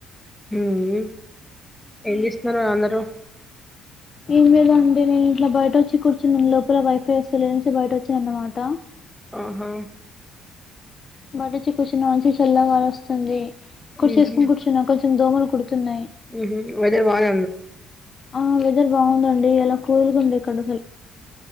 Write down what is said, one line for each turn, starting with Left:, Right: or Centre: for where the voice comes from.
Centre: ఉమ్ ఏం చేస్తున్నారు అందరూ
Left: ఏంలేదండి నేను ఇట్లా బయట వచ్చి కూర్చును లోపల వైఫై వస్తే లే అనేసి బయట వచ్చి అన్నమాట
Centre: ఆహా
Left: బడు క్వస్య్ <unintelligible> న్ కొంచెం నాన్సెజల్లాగాాల వస్తుంది కొేసుకుొని
Centre: హుహు.
Left: కూర్చున్న కొంచెం దోమలు కుడుతున్నాయి
Centre: ఉ వెదర్ వాలే
Left: ఆ వెదర్ బాగుందండి ఎలా కూలుగా ఉందో ఇక్కడ అసలు